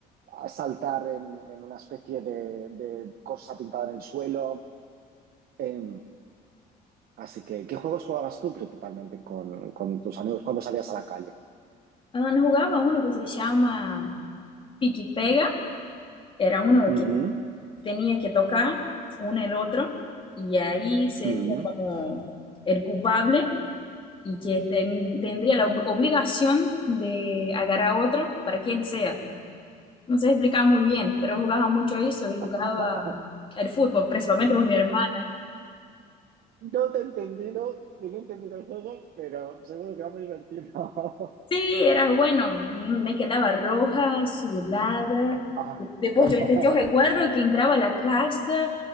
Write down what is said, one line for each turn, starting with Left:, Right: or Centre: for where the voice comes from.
Right: saltar en, en, una especie de, de, cosa pintada en el suelo. Eh, así que, ¿qué juegos jugabas tú principalmente con, con tus amigos cuando salías a la calle?
Left: Ah, no jugaba uno que se llama Pique Pega, era uno
Right: Uh -huh,
Left: que tenía que tocar uno el otro y ahí sería
Right: uh
Left: como el culpable y que ten- tendría la ob- obligación de agarrar a otro para quien sea. No sé explicar muy bien, pero jugaba mucho eso y jugaba
Right: <laughs>
Left: el fútbol, principalmente con mi hermano.
Right: no te he entendido, no he entendido el juego, pero seguro que va muy divertido. <laughs>
Left: Sí, era bueno, mm, me quedaba roja, sudada.
Right: ah.
Left: Después
Right: <laughs> uh
Left: yo, yo recuerdo que entraba a la casa